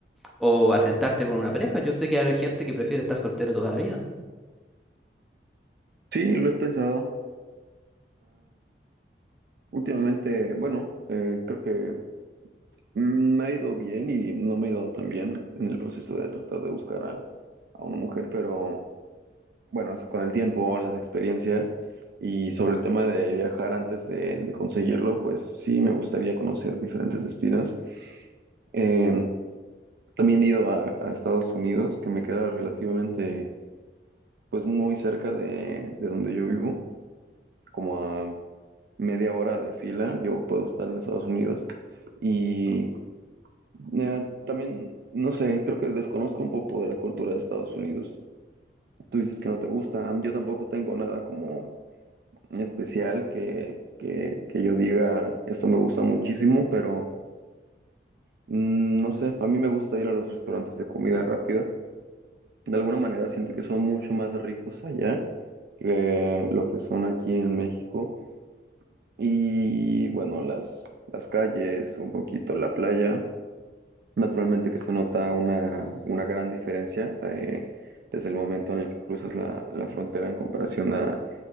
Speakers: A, in the centre; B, on the right.
A: o asentarte con una pareja? Yo sé que hay gente que prefiere estar soltero toda la vida.
B: Sí, lo he pensado. Últimamente, bueno, eh, creo que me ha ido bien y no me ha ido tan bien en el proceso de tratar de buscar a, a una mujer, pero bueno, eso con el tiempo, las experiencias y sobre el tema de viajar antes de, de conseguirlo, pues sí me gustaría conocer diferentes destinos. Eh, también he ido a, a Estados Unidos, que me queda relativamente, pues muy cerca de, de donde yo vivo, como a media hora de fila, yo puedo estar en Estados Unidos. y Eh, también, no sé, creo que desconozco un poco de la cultura de Estados Unidos. Tú dices que no te gusta. Yo tampoco tengo nada como especial que, que, que yo diga, esto me gusta muchísimo, pero mm, no sé, a mí me gusta ir a los restaurantes de comida rápida. De alguna manera siento que son mucho más ricos allá que lo que son aquí en México. Y bueno, las, las calles, un poquito la playa. Naturalmente que se nota una, una gran diferencia eh, desde el momento en el que cruzas la, la frontera en comparación a,